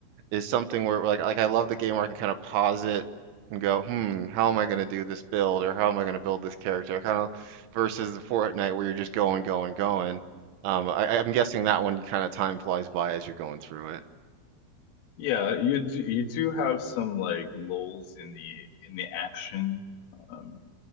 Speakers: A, on the right (about 75°); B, on the left (about 80°).
A: is something where like like I love the game where I can kind of pause it and go, hmm, how am I going to do this build or how am I going to build this character? Kind of versus the Fortnite where you're just going, going, going. Um, I, I'm guessing that one kind of time flies by as you're going through it.
B: Yeah, you do, you do have some like lulls in the in the action um,